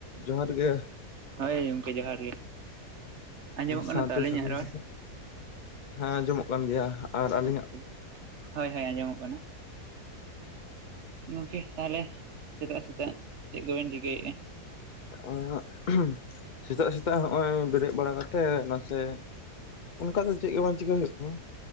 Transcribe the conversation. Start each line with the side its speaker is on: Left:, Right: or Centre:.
Left: ᱡᱚᱦᱟᱨ ᱜᱮ
Right: ᱦᱳᱭ ᱜᱚᱢᱠᱮ ᱡᱚᱦᱟᱨ ᱜᱮ ᱟᱸᱡᱚᱢᱚᱜ ᱠᱟᱱᱟ
Left: ᱥᱟᱶᱛᱮ
Right: ᱛᱚ ᱟᱹᱞᱤᱧᱟᱜ
Left: ᱥᱟᱹᱜᱩᱱ
Right: ᱨᱚᱲ
Left: ᱥᱮᱛᱟᱜ᱾ ᱦᱮᱸ ᱟᱸᱡᱚᱢᱚᱜ ᱠᱟᱱ ᱜᱮᱭᱟ᱾ ᱟᱨ ᱟᱹᱞᱤᱧᱟᱜ
Right: ᱟᱪᱪᱷᱟ ᱾ ᱦᱳᱭ ᱦᱳᱭ ᱟᱸᱡᱚᱢᱚᱜ ᱠᱟᱱᱟ᱾ ᱜᱚᱢᱠᱮ ᱛᱟᱦᱚᱞᱮ ᱥᱮᱛᱟᱜ ᱥᱮᱛᱟᱜ ᱪᱮᱫ ᱠᱚᱵᱮᱱ ᱪᱤᱠᱟᱹᱭᱮᱫᱼᱟ?
Left: ᱦᱚᱜᱚᱭ ᱚᱜ ᱥᱮᱛᱟᱜ ᱥᱮᱛᱟᱜ ᱦᱚᱸᱜᱼᱚᱭ ᱵᱮᱨᱮᱫ ᱵᱟᱲᱟ ᱠᱟᱛᱮᱜ ᱱᱟᱥᱮ ᱚᱱᱠᱟ ᱫᱚ ᱪᱮᱫ ᱜᱮ ᱵᱟᱝ ᱪᱤᱠᱠᱟ ᱦᱩᱭᱩᱜ ᱠᱟᱱᱟ᱾